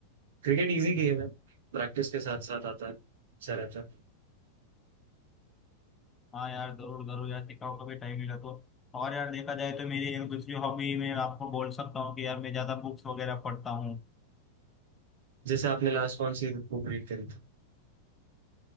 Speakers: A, on the right; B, on the left.
A: क्रिकेट इजी गेम है प्रैक्टिस के साथ साथ आता है अच्छा रहता है
B: हाँ यार जरूर जरूर यार सिखाओ कभी टाइम मिला तो और यार देखा जाए तो मेरी एक दूसरी हॉबी में आपको बोल सकता हूँ कि यार मैं ज्यादा बुक्स वगैरह पढ़ता हूँ
A: जैसे आपने लास्ट कौन सी बुक रीड करी थी